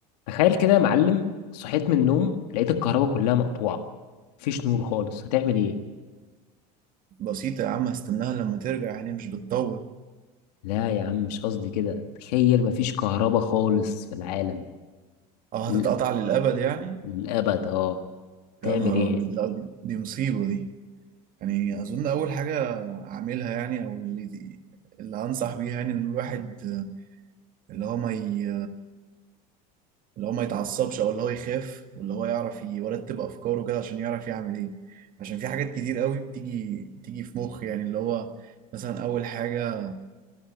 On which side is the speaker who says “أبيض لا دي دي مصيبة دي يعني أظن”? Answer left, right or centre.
Right